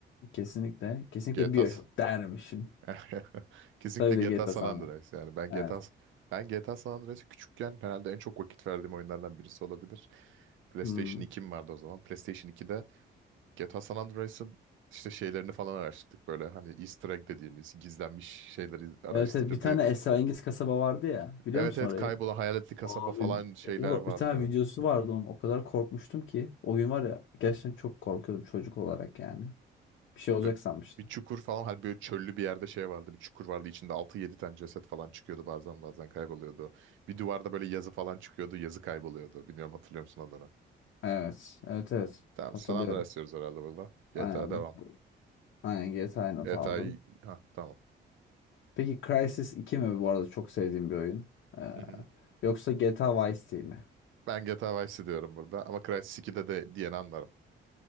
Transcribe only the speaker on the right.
GTA
s-
<laughs> Kesinlikle
GTA
San
Andreas
yani ben
GTA s- ben GTA San Andreas'ı küçükken herhalde en çok vakit verdiğim oyunlardan birisi olabilir. PlayStation
2'm vardı o zaman. PlayStation 2'de GTA San Andreas'ın işte şeylerini falan araştırdık böyle hani Easter egg dediğimiz gizlenmiş şeyleri araştırdık.
Evet
evet
kaybolan hayaletli kasaba
falan şeyler
vardı.
Ö-
Bir çukur falan hani böyle çöllü bir yerde şey vardı bir çukur vardı içinde altı yedi tane ceset falan çıkıyordu bazen bazen kayboluyordu. Bir duvarda böyle yazı falan çıkıyordu yazı kayboluyordu bilmiyorum hatırlıyor musun adını?
Tamam
San Andreas diyoruz herhalde burada. GTA
devam.
GTA'yı
ha tamam.
Hı hı.
Ben GTA Vice diyorum burada ama Crysis 2'de de diyeni anlarım.